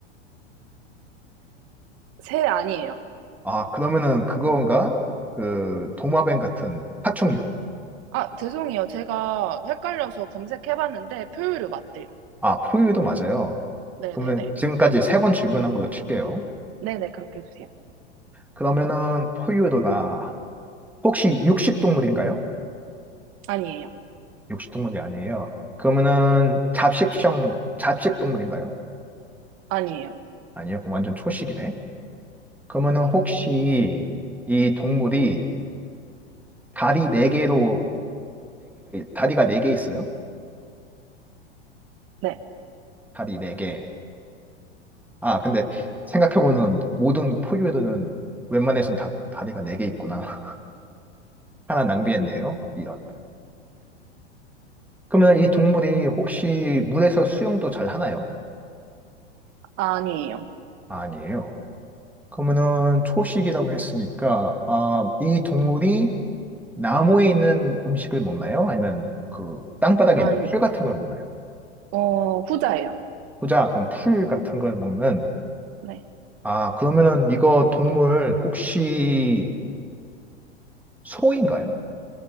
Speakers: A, on the right; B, in the centre.
A: 새 아니에요.
B: 아, 그러면은 그건가? 그 도마뱀 같은 파충류.
A: 아, 죄송해요. 제가 헷갈려서 검색해봤는데 포유류 맞대요.
B: 아, 포유류도 맞아요.
A: 네네네.
B: 그러면 지금까지 세 번 질문한 걸로 칠게요.
A: 네네, 그렇게 해주세요.
B: 그러면은 포유류다. 혹시 육식동물인가요?
A: 아니에요.
B: 육식동물이 아니에요. 그러면은 잡식성, 잡식동물인가요?
A: 아니에요.
B: 아니요, 그럼 완전 초식이네. 그러면은 혹시 이 동물이 다리 네개로네개가 다리가 네 개 있어요?
A: 네.
B: 다리 네개 아, 근데 생각해보면 모든 포유류는 웬만해는다 다리가 네 개 있구나. <laughs> 하나 낭비했네요. 이런. 그러면 이 동물이 혹시 물에서 수영도 잘 하나요?
A: 아니에요.
B: 아니에요. 그러면은 초식이라고 했으니까 아, 이 동물이 나무에 있는 음식을 먹나요? 아니면 그 땅바닥에
A: 아니,
B: 있는 풀 같은 걸 먹나요?
A: 어, 후자예요.
B: 보자, 그럼 풀 같은 걸 먹는.
A: 네.
B: 아, 그러면은 이거 동물 혹시 소인가요?